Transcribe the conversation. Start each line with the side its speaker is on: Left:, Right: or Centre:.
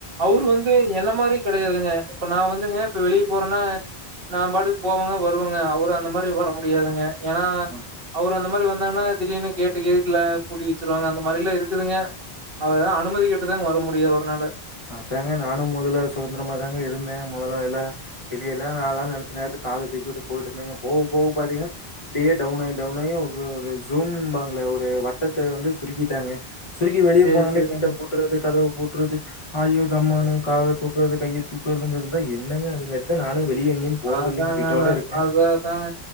Right: அவர் வந்து என்ன மாதிரி கிடையாதுங்க இப்ப நான் வந்துங்க இப்போ வெளியே போறேன்னா நான் பாட்டுக்கு போவங்க வருவங்க அவரு அந்த மாரி வர முடியாதுங்க ஏன்னா
Left: ஆ.
Right: அவரு அந்த மாதிரி வந்தாங்கன்னா திடீனு கேட்டு கேட்ல புட்டி வச்சிருருவங்க அந்த மாதிரிலாம் இருக்குதுங்க அவர்தான் அனுமதி கேட்டுதாங்க வர முடியாது அவுருனால
Left: அதாங்க நானும் முதல்ல சுதந்திரமா தாங்க இருந்தேன் முதல்ல எல்லாம் வெளிய எல்லாம் நான்லாம் நினச்ச நேரத்து காலர தூக்குட்டு போயிட்டு இருந்தேங்க போக போக பாத்தீங்கன்னா அப்டியே டவுன் ஆகி டவுன் ஆகி ஒரு ஒரு ஜூன்பாங்களே ஒரு வட்டத்தை வந்து சுருக்கிட்டாங்க சுருக்கி வெளியே
Right: சேரி
Left: போனாலே
Right: சேரிங்க
Left: கேட்டை பூட்டுறது கதவு பூட்டுறது அயோ தம்மு கால தூக்கறது கையை தூக்குறது என்னங்க அது காட்டி நானும் வெளிய எங்கேயும் போறதில்லைங்க.
Right: அதாங்க
Left: வீட்டோட
Right: அதான்
Left: இருக்கேன்.
Right: அதான் அதாங்க